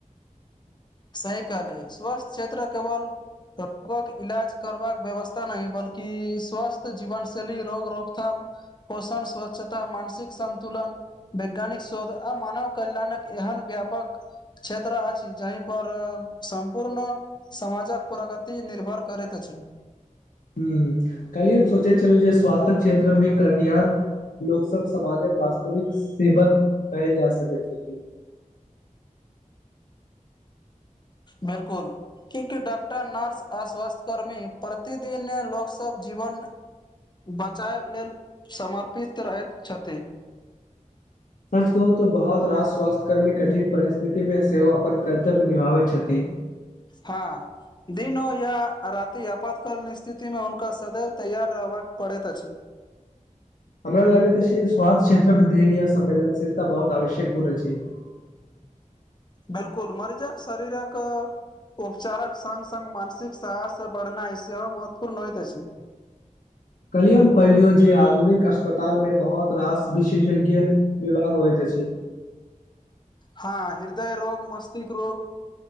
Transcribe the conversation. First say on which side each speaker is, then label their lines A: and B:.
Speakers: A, on the left; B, on the left.
A: सही कहलिय स्वास्थ क्षेत्र केवल कतऽ इलाज करबाक व्यवस्था नहि, बल्कि स्वस्थ जीवनशैली आ रोग रोकथाम। पोषण, स्वच्छता आ मानसिक सन्तुलन। वैज्ञानिक शोध आ मानव कल्याणक एहन व्यापक क्षेत्र अछि जाहिमे पर सम्पूर्ण समाजक प्रगति निर्भर करैत अछि।
B: हँ, काल्हि हम सोचैत छलहुँ जे स्वास्थ्य क्षेत्रमे करयवला लोक सभ समाजक वास्तविक सेवक कयल जा सकैत छथि।
A: बिल्कुल के डॉक्टर, नर्स आ स्वास्थ्यकर्मी प्रतिदिन लोकसभक जीवन बचएब लेल समर्पित रहैत छथि।
B: सच कहू तऽ बहुत रास स्वास्थ्यकर्मी कठिन परिस्थिति मे सेहो अपन कर्तव्य निभबैत छथि।
A: हँ दिनो या राति आपातकालीन स्थितिमे हुनका सदैव तैयार रहबाक पड़ैत अछि।
B: हमरा लगैत छै स्वास्थ्य क्षेत्रमे धैर्य आ संवेदनशीलता बहुत आवश्यक गुण छै। <inaudible>
A: बिल्कुल मरीजक शरीरक उपचारक सङ्ग सङ्ग मानसिक साहस बढ़ेनाइ सेहो महत्वपूर्ण होइत अछि।
B: कल्हि हम पढलोजे आधुनिक अस्पताल मे बहुत रास विशेषज्ञ विवाह होइ त अछी।
A: हँ हृदय रोग मस्तिष्क रोग।